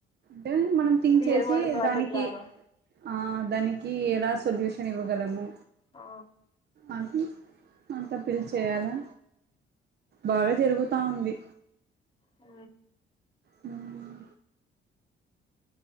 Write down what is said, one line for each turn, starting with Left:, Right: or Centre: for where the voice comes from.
Right: దిల్ మనం థింక్
Left: రియల్
Right: చేసి
Left: వరల్డ్ ప్రాజెక్ట్
Right: దానికి
Left: లాగా
Right: ఆ దానికి ఎలా సొల్యూష్. నివ్వగలము
Left: ఆ
Right: అది అంతా పీలు చేయాలా బాగా జరుగుతా ఉంది
Left: ఉ
Right: హ్మ్.